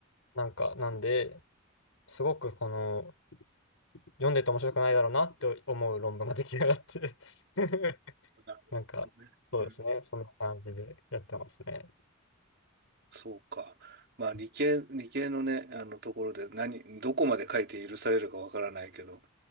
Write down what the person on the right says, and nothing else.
なるほどね。
うん
そうか。まあ理系、
理系のね、あのところで何、どこまで書いて許されるかわからないけど、